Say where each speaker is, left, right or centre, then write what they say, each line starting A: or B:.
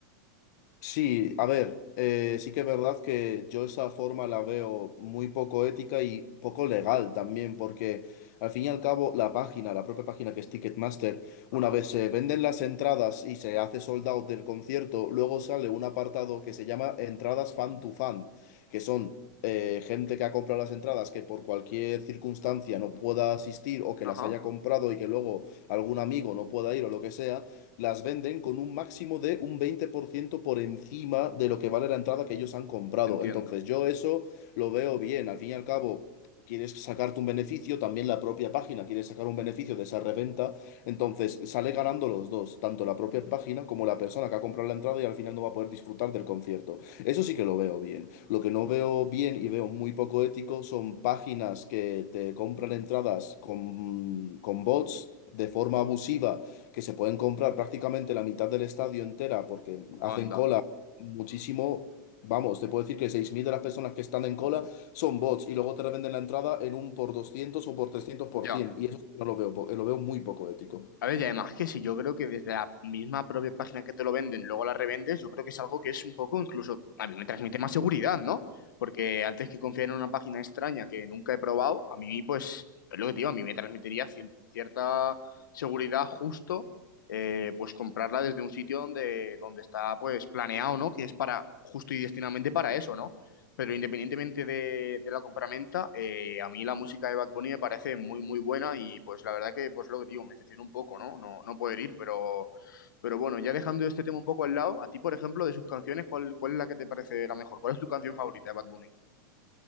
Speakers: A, on the left; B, on the left.
A: Sí, a ver, eh, sí que es verdad que yo esa forma la veo muy poco ética y poco legal también, porque al fin y al cabo la página, la propia página que es Ticketmaster,
B: Ajá,
A: una vez se venden las entradas y se hace sold out del concierto, luego sale un apartado que se llama entradas fan to fan, que son eh, gente que ha comprado las entradas que por cualquier circunstancia no pueda asistir o que
B: ajá,
A: las haya comprado y que luego algún amigo no pueda ir o lo que sea las venden con un máximo de un 20% por encima de lo que vale la entrada que ellos han comprado.
B: entiendo.
A: Entonces yo eso lo veo bien. Al fin y al cabo, quieres sacarte un beneficio, también la propia página quiere sacar un beneficio de esa reventa. Entonces sale ganando los dos, tanto la propia página como la persona que ha comprado la entrada y al final no va a poder disfrutar del concierto. Eso sí que lo veo bien. Lo que no veo bien y veo muy poco ético son páginas que te compran entradas con, con bots de forma abusiva que se pueden comprar prácticamente la mitad del estadio entera porque hacen
B: Onda.
A: cola muchísimo. Vamos, te puedo decir que 6.000 de las personas que están en cola son bots y luego te revenden la entrada en un por 200 o por 300 por
B: Ya.
A: 100. Y eso sí que no lo veo, po- eh, lo veo muy poco ético.
B: A ver, y además que si yo creo que desde la misma propia página que te lo venden, luego la revendes, yo creo que es algo que es un poco incluso, a mí me transmite más seguridad, ¿no? Porque antes que confiar en una página extraña que nunca he probado, a mí pues, es lo que te digo, a mí me transmitiría cier- cierta seguridad justo, eh, pues comprarla desde un sitio donde, donde está pues planeado, ¿no? Que es para, justo y destinadamente para eso, ¿no? Pero independientemente de, de la compraventa, eh, a mí la música de Bad Bunny me parece muy, muy buena y pues la verdad que, pues lo que digo, me decepcionó un poco, ¿no? No, no poder ir, pero, pero bueno, ya dejando este tema un poco al lado, a ti, por ejemplo, de sus canciones, ¿cuál, cuál es la que te parece la mejor? ¿Cuál es tu canción favorita de Bad Bunny?